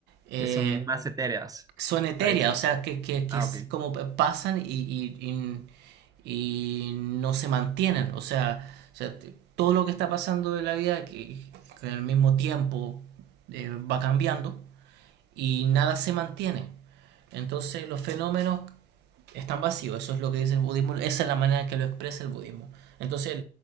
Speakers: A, on the right (about 90°); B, on the right (about 20°).
A: eh,
B: Que son más etéreas
A: son etéreas,
B: a eso.
A: o sea, que, que, que
B: Ah,
A: es
B: ok.
A: como pasan y, y, y- y no se mantienen. O sea, o sea, t- todo lo que está pasando en la vida, que, que en el mismo tiempo eh, va cambiando, y nada se mantiene. Entonces los fenómenos están vacíos, eso es lo que dice el budismo, esa es la manera en que lo expresa el budismo. Entonces